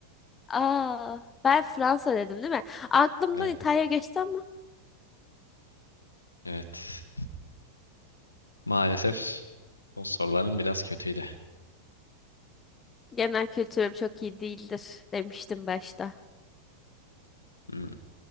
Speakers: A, on the left; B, on the left.
A: <laughs> Aa, ben Fransa dedim değil mi? Aklımdan
B: Evet.
A: İtalya geçti ama
B: Evet. Maalesef bu soruların biraz kötüydü.
A: genel kültürüm çok iyi değildir demiştim başta.
B: Hmm,